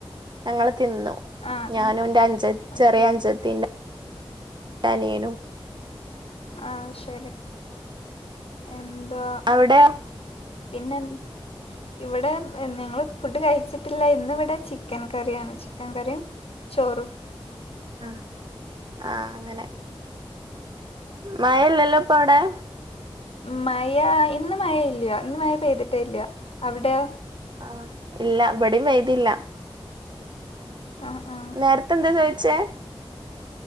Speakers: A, on the right; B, on the left.
A: ഞങ്ങള് തിന്നു
B: ആ
A: ഞാനും
B: ആ
A: എന്റെ അഞ്ച
B: ഓക്കെ
A: ചെറിയ അഞ്ചത്തിണ്ട് ഒരനിയനും.
B: ആഹ് ശരി എന്തുവാ.
A: അവിടെയോ.
B: പിന്നെ. ഇവിടെ ഞങ്ങള് ഫുഡ് കഴിച്ചിട്ടില്ല. ഇന്നിവിടെ ചിക്കൻ കറിയാണ് ചിക്കൻ കറിയും. ചോറും.
A: ആ ആ അങ്ങനെ. മയല്ലല്ലോപ്പവിടെ.
B: മയ ഇന്ന് മയ ഇല്ല്യ ഇന്ന് മയ പെയ്തിട്ടേ ഇല്ല അവിടെയോ.
A: ആഹ് ഇല്ല വ് ടേം വൈതില്ല.
B: ആ ആ
A: നേരത്തെ എന്താ ചോദിച്ചേ.